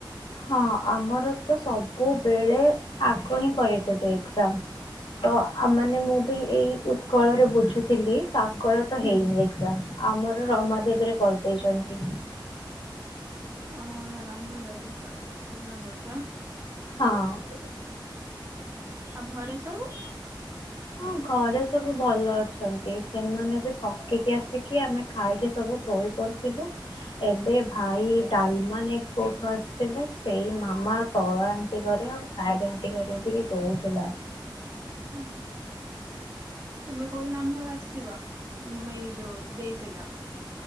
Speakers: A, on the left (about 80°); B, on the right (about 35°).
A: ହଁ, ଆମର ତ ସବୁବେଳେ ଆଗ ହିଁ କ ଦେବେ ଏକ୍ସାମ୍। ତ
B: ଓହୋ
A: ମାନେ, ମୁଁ ବି ଏଇ ଉତ୍କଳରେ ବୁଝୁଥିଲି ତାଙ୍କର ତ
B: ହୁଁ।
A: ହେଇନି ଏକ୍ଜାମ୍। ଆମର ରମାଦେବୀରେ କର୍ ଦେଇଚନ୍ତି।
B: <inaudible>
A: <inaudible>
B: ଆଉ ଘରେ ସବୁ।
A: ହଁ, ଘରେ ସବୁ ଭଲ ଅଛନ୍ତି। ସେମାନେ ଏବେ ଥକିକି ଆସିକି, ଆମେ ଖାଇକି ସବୁ ଶୋଇ <inaudible> ଏବେ ଭାଇ ଡ଼ାଲ୍‌ମା ନେଇକି କଉଠୁ ଆସ୍‌ ଥିଲେ। ସେଇ ମାମା ତଳ ଆଣ୍ଟି ଘରେ ସାଇଡ୍‌ ଆଣ୍ଟି ଘରେ ଟିକେ ଦଉଥିଲା।
B: ହୁଁ <inaudible>